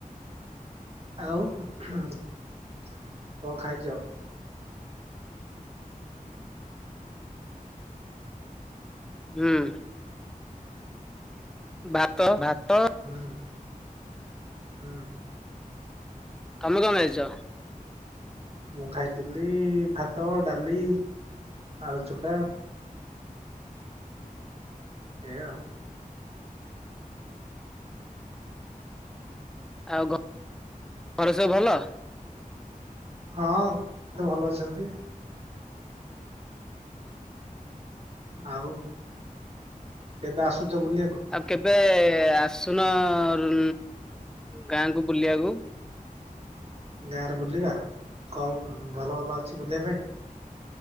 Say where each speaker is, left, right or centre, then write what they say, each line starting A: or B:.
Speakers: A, on the right; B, in the centre.
A: ଆଉ କଣ ଖାଇଛ?
B: ହୁଁ ଭାତ ଭାତ।
A: ହୁଁ ହୁଁ
B: ତମେ କଣ ଖାଇଛ?
A: ମୁଁ ଖାଇଥିଲି ଭାତ, ଡାଲି, ଆଳୁ ଚକଡା। ଏଇଆ ଆଉ।
B: ଆଉ ଘ ରେ ସବୁ ଭଲ?
A: ହଁ <unintelligible> ଭଲ ଅଛନ୍ତି। ଆଉ କେବେ ଆସୁଚ ବୁଲିବାକୁ?
B: ଆଉ କେବେ ଆସୁନ ଉଁ ଗାଁକୁ ବୁଲିବାକୁ?
A: ଗାଁରେ ବୁଲିବା କମ୍ ଭଲ ଭଲ ଅଛି ବୁଲିବା ପାଇଁ?